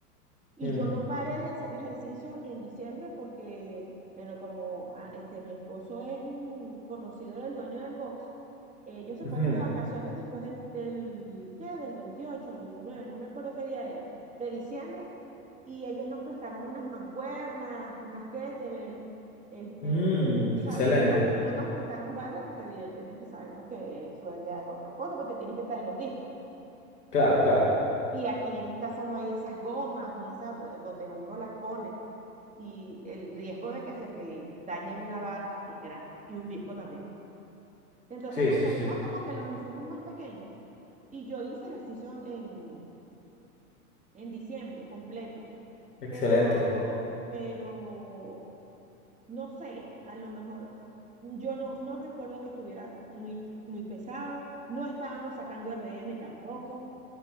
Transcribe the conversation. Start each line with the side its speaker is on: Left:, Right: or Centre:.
Right: Y
Left: Mm,
Right: yo no paré de hacer ejercicios en diciembre porque, bueno, como ah, este, mi esposo es un conocido del dueño del box, ellos se
Left: ujú.
Right: fueron de vacaciones después del, del, ¿qué? Del 28 o 29, no me acuerdo qué día era, de diciembre, y ellos nos prestaron unas mancuernas, unas kettlebell, este,
Left: Mm, excelente.
Right: ¿sabe? No, no, no nos prestaron barra porque evidentemente sabemos que eso ya es otra cosa, pero te tienes que traer los discos.
Left: Claro, claro.
Right: Y aquí en mi casa no hay esas gomas ni esa eh, donde uno las pone y el riesgo de que se te dañe una barra es grande y un disco también. Entonces
Left: Sí,
Right: nos
Left: sí,
Right: trajimos
Left: sí.
Right: como que los insumos más pequeños y yo hice ejercicio en, en diciembre completo,
Left: Excelente.
Right: pero, pero no sé, a lo mejor yo no, no recuerdo que estuviera muy, muy pesado, no estábamos sacando RM tampoco,